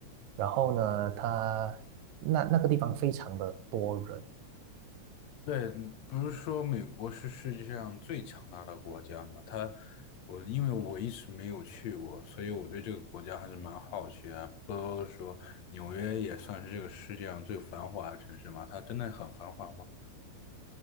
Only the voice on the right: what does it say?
然后呢，它那那个地方非常的多人，